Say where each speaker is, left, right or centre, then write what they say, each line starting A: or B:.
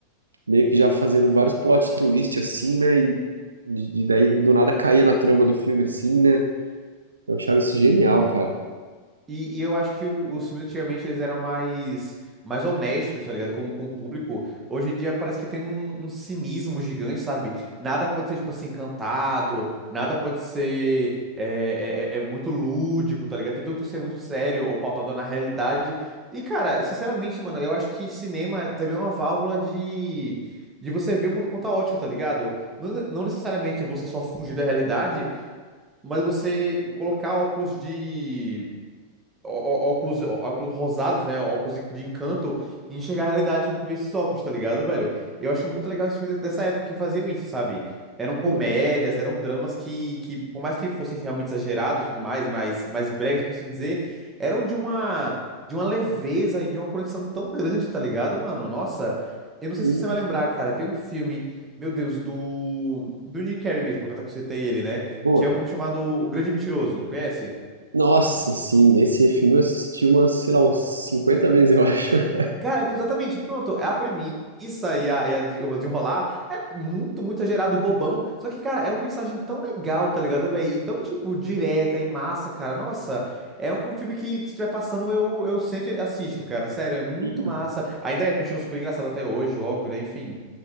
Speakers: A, on the right; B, on the right.
A: meio que já fazendo vários plot twists, assim, né? E, e daí do nada caía na trama do filme, assim, né? Eu achava isso genial, cara.
B: E, e eu acho que o- os filmes antigamente eles eram mais, mais honestos, tá ligado? Com, com o público. Hoje em dia parece que tem um, um cinismo gigante, sabe? Nada pode ser, tipo assim, cantado, nada pode ser é, é, é, é muito lúdico, tá ligado? Tem tudo que ser muito sério ou pautado na realidade. E, cara, sinceramente, mano, eu acho que cinema também é uma válvula de. De você ver o mundo com outra ótica tá ligado? Não, não necessariamente você só fugir da realidade, mas você colocar óculos de ó- ó- óculos, ó- óculos rosados, né? Óculos de encanto e enxergar a realidade e ver esses óculos, tá ligado, velho? E Eu acho muito legal esse filme de- dessa época que faziam isso, sabe? Eram comédias,
A: Hum,
B: eram dramas que, que por mais que fossem realmente exagerados e tudo mais, mais, mais bregas, por assim dizer, eram de uma, de uma leveza e de uma conexão tão grande, tá ligado, mano? Nossa, eu não sei
A: hum,
B: se você vai lembrar, cara, tem um filme, meu Deus, do, do Jim Carrey mesmo, aproveitar que eu citei ele, né?
A: boa.
B: Que é um chamado O Grande Mentiroso, conhece?
A: Nossa, sim, nesse filme eu assisti umas, sei lá, umas 50 vezes, eu acho. <laughs>
B: Cara, exatamente, pronto. é A premissa e, a, e a de- o desenrolar é muito, muito exagerado e bobão. Só que, cara, é uma mensagem tão legal, tá ligado, velho? E tão, tipo, direta e massa, cara. Nossa, é um filme que, que se estiver passando, eu, eu sento e assisto, cara. Sério, é muito
A: Sim.
B: massa. Ainda é, continua super engraçado até hoje, óbvio, né? Enfim.